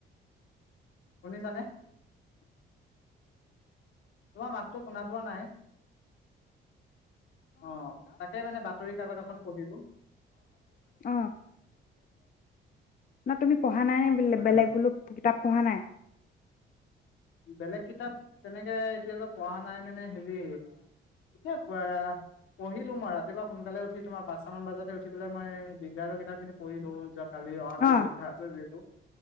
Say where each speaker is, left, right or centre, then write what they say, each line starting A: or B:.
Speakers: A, on the left; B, on the left.
A: শুনিছানে? তোমাৰ মাতটো শুনা পোৱা নাই? অ', তাকে মানে বাত বাতৰি কাকত এখন পঢ়িলোঁ।
B: অহ, না তুমি পঢ়া নাই বোলে
A: বুজিলা
B: বেলেগ বুলো কিতাপ পঢ়া নাই?
A: বেলেগ কিতাপ তেনেকে এতিয়ালৈকে পঢ়া নাই মানে হেৰি এয়া এতিয়া পৰা পঢ়িলোঁ মই ৰাতিপুৱা সোনকালে উঠি তোমাৰ পাঁচটা মান বজাতে উঠি পেলাই মই বিজ্ঞানৰ কিতাপখিনি পঢ়িলোঁ য কালি, অহাকালি
B: অ
A: পৰীক্ষা আছে যিহেতু